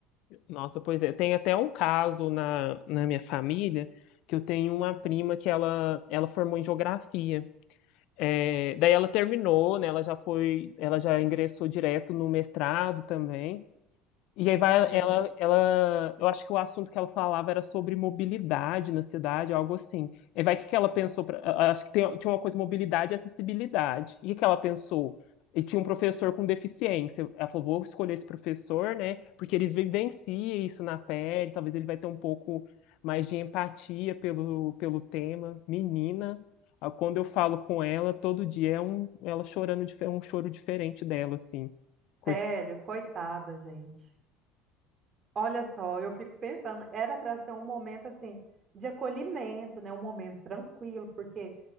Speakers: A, on the left (about 65°); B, on the right (about 40°).
A: Nossa, pois é. Tem até um caso na, na minha família que eu tenho uma prima que ela, ela formou em geografia. É, daí ela terminou, né? Ela já foi, ela já ingressou direto no mestrado também. E aí vai
B: Uhum.
A: ela, ela, eu acho que o assunto que ela falava era sobre mobilidade na cidade, algo assim. E vai o que que ela pensou, pra- a- acho que tem- tinha uma coisa mobilidade e acessibilidade. E o que que ela pensou? E tinha um professor com deficiência. Ela falou, vou escolher esse professor, né? Porque ele vivencia isso na pele, talvez ele vai ter um pouco mais de empatia pelo, pelo tema. Menina, ah, quando eu falo com ela, todo dia é um, ela chorando, dife- um choro diferente dela, assim. Coisa-
B: Sério, coitada, gente. Olha só, eu fico pensando, era para ser um momento assim de acolhimento, né? Um momento tranquilo, porque